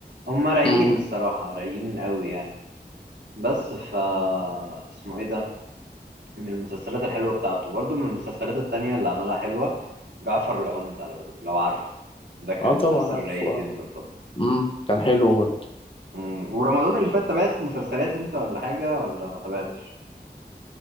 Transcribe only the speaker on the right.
هم رايقين
الصراحة رايقين قوي يعني بس فا اسمه ايه ده من المسلسلات الحلوة بتاعته برضو من المسلسلات التانية اللي عملها حلوة جعفر العمدة لو لو عارفه ده كان
مسلسل
رايق
جدا طبعا
مم، ورمضان اللي فات تابعت مسلسلات انت ولا حاجة ولا ما تابعتش؟